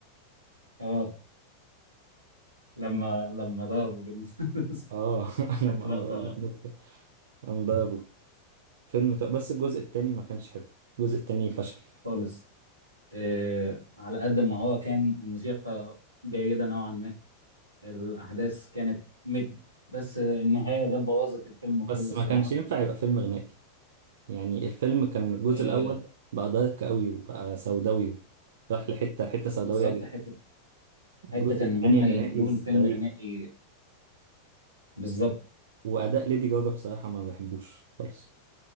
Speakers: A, on the right (about 85°); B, on the right (about 60°).
A: آه لما لما ضربوا بالمسدس
B: آه
A: <laughs>
B: <laughs> لما
A: كانت لقطة
B: قال له أقول لك نكتة قام ضربه فيلم ت... بس الجزء التاني ما كانش حلو الجزء التاني فشل
A: خالص آه، على قد ما هو كان الموسيقى جيدة نوعا ما الأحداث كانت مد بس النهاية جت بوظت الفيلم كله
B: بس
A: الصراحة
B: ما كانش ينفع يبقى فيلم غنائي يعني الفيلم كان الجزء
A: آه،
B: الأول بقى دارك أوي وبقى سوداوي و- راح لحتة حتة سوداوية
A: بالظبط
B: جدا
A: حتة
B: الجزء
A: حتة إن
B: التاني
A: هما
B: غنائي
A: ينقلوه لفيلم
B: غريب
A: غنائي بالظبط
B: وأداء ليدي جاجا بصراحة ما بحبوش خالص